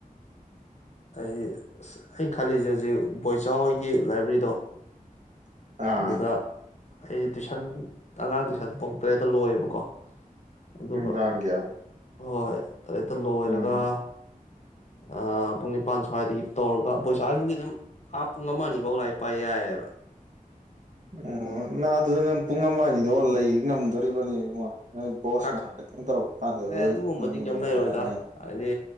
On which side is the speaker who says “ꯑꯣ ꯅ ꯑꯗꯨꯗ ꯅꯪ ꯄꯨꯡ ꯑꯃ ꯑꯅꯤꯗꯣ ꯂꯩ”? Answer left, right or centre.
Right